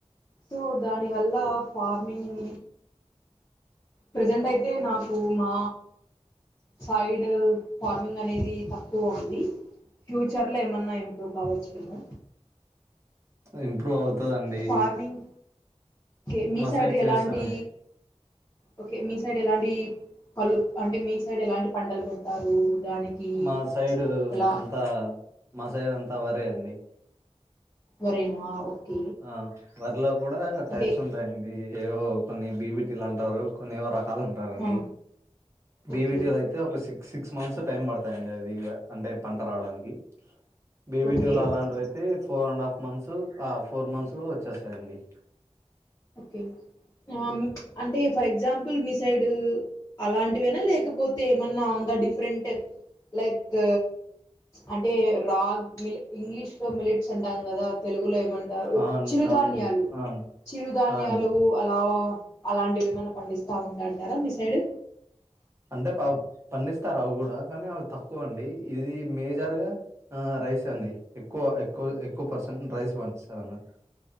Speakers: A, on the left (about 25°); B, on the right (about 25°).
A: సో దానివల్ల ఫార్మింగ్ ప్రజెంట్ అయితే నాకు మా సైడ్ ఫార్మింగ్ అనేది తక్కువ అండి, ఫ్యూచర్ లో ఏమన్నా ఇంప్రూవ్ కావచ్చును
B: ఇంప్రూవ్ అవుతదండి
A: ఫార్మింగ్ కే మీ
B: మా
A: సైడు
B: సైడ్
A: ఎలాంటి
B: చేస్తారా
A: ఓకే మీ సైడ్ ఎలాంటి పళ్ళు, అంటే మీ సైడ్ ఎలాంటి పంటలు పెడతారు దానికి
B: మా సైడు
A: ఎలా
B: అంతా మా సైడ్ అంతా వరే అండి
A: వరేనా ఓకే
B: ఆ వర్లో కూడా
A: అంటే
B: టైప్స్ ఉంటాయండి ఏవో కొన్ని బీబిటీలు అంటారు కొన్ని ఏవో రక రకాలు ఉంటారండి
A: ఆ!
B: బివిటీ
A: ఓకే
B: అయితే ఒక సిక్స్ సి సిక్స్ మంత్స్ టైం పడతాయండి అవి అంటే పంట రావడానికి బీబీటిలో
A: ఓకే
B: అలాంటివి అయితే four and half months of four months లో వచ్చేస్తాయండి
A: ఓకే ఆ అంటే ఫర్ ఎగ్జాంపుల్ మిస్ సైడ్ అలాంటివేనా లేకపోతే ఏమన్నా ఇంకా డిఫరెంట్ లైక్ అంటే రాగ్ మి ఇంగ్లీష్ లో మిలట్స్ అంటాం కదా తెలుగు తెలుగు లో ఏమంటారు
B: ఆ అండి
A: చిరుధాన్యాలు
B: ఆ అండి ఆ అండి
A: చిరుధాన్యాలు
B: ఆ అండి
A: అలా అవ అలాంటివి ఏమన్నా పండిస్తా ఉంటాంటారా మీ సైడు
B: అంటే బా పండిస్తారు అవి కూడా కానీ అవి తక్కువ అండి ఇది మేజర్ గా ఆ రైస్ అండి ఎక్కువ ఎక్కువ ఎ ఎక్కు పర్సెంట్ రైస్ పండిస్తరు అన్నా